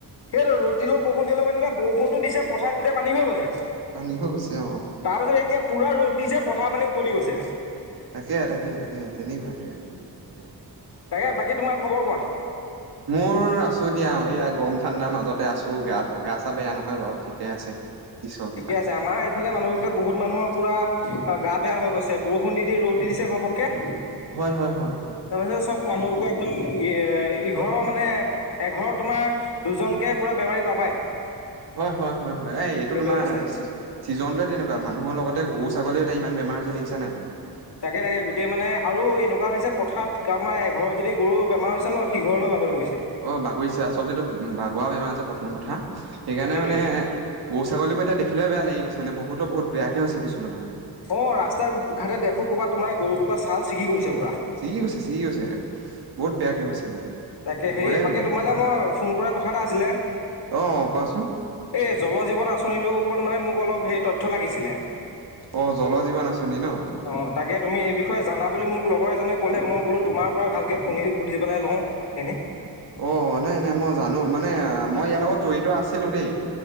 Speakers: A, on the left; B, on the right.
A: সেইটো, ৰ'দ দিলেও, বৰষুণি দিলেও পানী বৰষুণতো দিছে পথাৰত গোটেই পানী হৈ গৈছে।
B: পানী হৈ গৈছে অঁ',।
A: তাৰপিছত এতিয়া পুৰা ৰ'দ দিছে পথাৰ পানী উতলি গৈছে।
B: তাকে-তাকে-তাকে তেনেকুৱাই এতিয়া।
A: তাকে বাকী তোমাৰ খবৰ কোৱা
B: মোৰ আছো দিয়া, এইয়া গৰম ঠাণ্ডাৰ মাজতে আছো গা, গা-চা বেয়া নহয় বাৰু। ঠিকে আছে। ঈশ্বৰৰ কৃপাত
A: ঠিকে আছে। আমাৰ- এইফালে মানুহবোৰকে বহুত মানুহৰ পুৰা গা বেয়া হৈ গৈছে, বৰষুণ দি-দি ৰ'দ দি দিছে ঘপককে।
B: হয়-হয়-হয়-হয়।
A: তাৰপিছত চব মানুহবোৰো একদম ইঘৰৰ মানে- এঘৰত তোমাৰ দুজনকে পুৰা বেমাৰী পাবাই।
B: হয়-হয়-হয়-হয়। এই এইটো
A: সেইটো
B: তোমাৰ-
A: হৈছে
B: চিজনোৱে তেনেকুৱা, মানুহৰ লগতে গৰু-ছাগলীও এতিয়া ইমান বেমাৰ হৈছে দেখিছা নাই তুমি।
A: তাকে-তাকে, গোটেই মানে আৰু এনেকুৱা হৈছে পথাৰত কাৰোবাৰ এঘৰৰ যদি গৰু বেমাৰ হৈছে ন' সিঘৰলৈও বাকৰি গৈছে।
B: অঁ', -বাগৰিছে, আচলতে এইটো বাগৰা বেমাৰ যে প্ৰথম কথা। সেইকাৰণে
A: সেইটোৱে
B: মানে- গৰু-ছাগলীবোৰ এতিয়া দেখিলেই বেয়া লাগি গৈছে ন' বহুতৰ বহুত বেয়াকে হৈছে কিছুমানৰ মানে।
A: অঁ', -ৰাস্তা-ঘাট দেখো কৰ'বাত তোমাৰ গৰুবোৰক ছাল ছিগি গৈছে পুৰা।
B: চিগি গৈছে-চিগি গৈছে, বহুত বেয়াকে হৈছে মানে।
A: তাকে, সেই
B: হয়ে
A: বাকী
B: মানে
A: তোমালে
B: এইটো
A: মই ফোন কৰাৰ কথা এটা আছিলে।
B: অ কোৱাচোন
A: এই জল-জীৱন আঁচনিটোৰ ওপৰত মানে মোক অলপ সেই তথ্য লাগিছিলে।
B: অ' জল-জীৱন আঁচনি ন'।
A: অঁ', -তাকে, তুমি এই বিষয়ে জানা বুলি মোক লগৰ এজনে ক'লে মই বোলো তোমাৰ পৰা ভালকে শুনি সুধি পেলাই লওঁ- কথাখিনি।
B: অ', -নাই-নাই মই জানো, মানে মই ইয়াৰ লগত জড়িত আছিলো দেই,